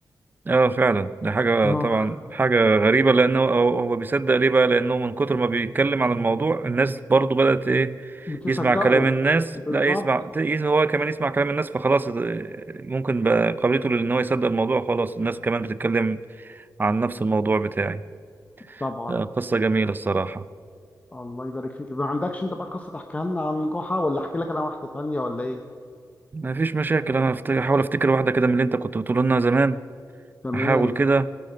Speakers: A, on the right; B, on the left.
A: اه فعلا دي حاجة
B: ما
A: طبعا حاجة غريبة لأنه هو هو بيصدق ليه بقى لأنه من كتر ما بيتكلم عن الموضوع الناس برضو بدأت إيه
B: بتصدقه
A: يسمع كلام الناس
B: بالظبط
A: لا يسمع ت- يس- هو كمان يسمع كلام الناس فخلاص اه، ممكن بقى قابلته لأن هو يصدق الموضوع خلاص الناس كمان بتتكلم عن نفس الموضوع بتاعي
B: طبعا
A: اه، قصة جميلة الصراحة
B: الله يبارك فيك ما عندكش أنت بقى قصة تحكيها لنا عن جحا ولا أحكي لك أنا واحدة تانية ولا إيه
A: ما فيش مشاكل انا هفت- هحاول افتكر واحده كده من اللي انت كنت بتقول لنا زمان
B: تمام
A: هحاول كده